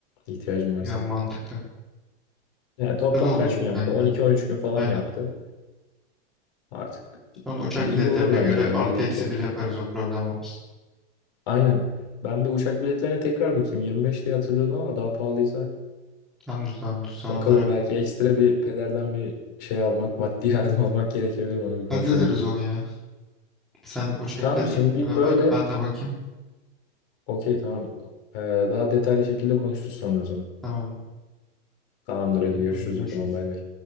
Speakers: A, on the left; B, in the centre.
A: ihtiyacım varsa.
B: Ya mantıklı.
A: Yani toplam
B: Güzel oldu
A: kaç
B: bu plan
A: gün yaptı? 12-13
B: ya.
A: gün falan
B: Aynen.
A: yaptı. Artık
B: Sonra uçak
A: de
B: biletlerine
A: iyi olur bence
B: göre
A: ya.
B: artı
A: İyi denk
B: eksi
A: gelir.
B: bir yaparız. O problem olmaz.
A: Aynen. Ben bir uçak biletlerine tekrar bakayım. 25 diye hatırlıyordum ama daha pahalıysa
B: Tamamdır tamamdır. Sen onlara
A: Bakalım belki ekstra bir pederden bir şey almak, maddi yardım <laughs> almak gerekebilir. Onu bir konuşurum.
B: hallederiz onu ya. Sen uçak
A: Tamam
B: biletlerine
A: şimdilik böyle.
B: bak ben de bakayım.
A: Okey tamam. Ee, daha detaylı şekilde konuşuruz sonra o zaman.
B: Tamam.
A: Tamamdır hadi görüşürüz
B: Tamam görüşürüz.
A: o zaman bay bay.